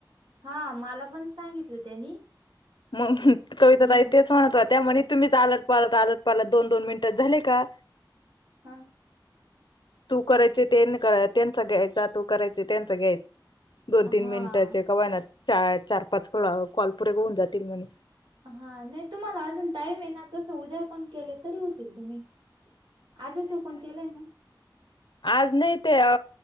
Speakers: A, on the right (about 70°); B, on the left (about 70°).
A: हा मला पण सांगितलं त्यांनी.
B: मग, कविता
A: हम्म.
B: ताई तेच. म्हणत होत्या म्हने तुम्हीच झालत पालात आलत पालत दोन दोन मिनिटात झाले का.
A: हा..
B: तू करायचे त्यां चा त्यांच घ्यायचा तू करायच त्यांचा घ्यायचा. दोन
A: हा
B: तीन मिनिटाचे का होईनात चार पाच कॉल पुरे होऊन जातील म्हणे.
A: हा नाही तुम्हाला अजून टाईम ये ना तसं उद्या पण केले तरी होतील तुम्ही. आजच ओपन केलंय ना.
B: आज नाही ते अ